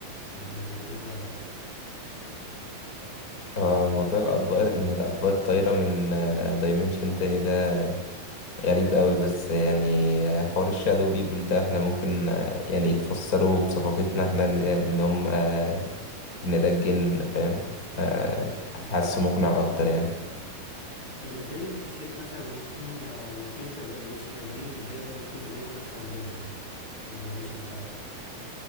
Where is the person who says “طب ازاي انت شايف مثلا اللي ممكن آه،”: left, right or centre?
Left